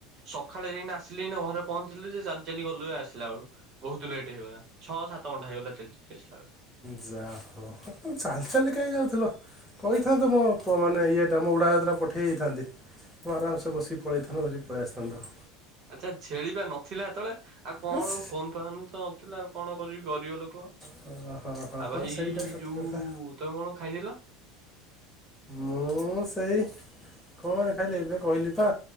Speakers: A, on the right (about 30°); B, in the centre.
A: ସଖାଳେ ଏଇନା ଆସିଲି ଏଇନା ଘରେ ପହଞ୍ଚିଲି ଯେ ଚାଲି ଚାଲି ଗଲେ ଆସିଲା ବେଳୁ ବହୁତ ଲେଟ୍ ହେଇଗଲା। ଛଅ ସାତ ତ ଘଣ୍ଟା ହେଇଗଲା ଚାଲି ଚାଲି କି ଆସିଲା ବେଳୁ।
B: ଯାହା କୁହ ହେ ତୁମେ ଚାଲି ଚାଲି କାହିଁ ଯାଉଥିଲ? କହିଥାନ୍ତ ମୋ ପ-ମାନେ ଇଏଟା ମୋ ଉଡା଼ଜାହାଜ ଟା ପଠେଇ ଦେଇଥାନ୍ତି। ଓ ଆରାମସେ ବସିିକି ପଳେଇଥାନ୍ତ ଧରି ପଳେଇ ଆସିଥାନ୍ତ।
A: ଆଚ୍ଛା ଛେଳି ପା ନଥିଲା ସେତେବେଳେ। ଆଉ କଣ
B: ହେସ୍
A: ଫୋନ୍ ଫାନ୍ ତ ନଥିଲା ଆଉ କଣ କରିବି ଗରିବ ଲୋ କ।
B: ହଁ ହଁ ହଁ
A: ଆଉ
B: ହଁ
A: ଭାଇ
B: ସେଇଟା ସତ
A: ଯୋଉ
B: କଥା।
A: ତୋମେ କଣ ଖାଇଥିଲ?
B: ମୁଁ ସେଇ କଣ ଖାଇଲି ଏବେ କହିଲି ପା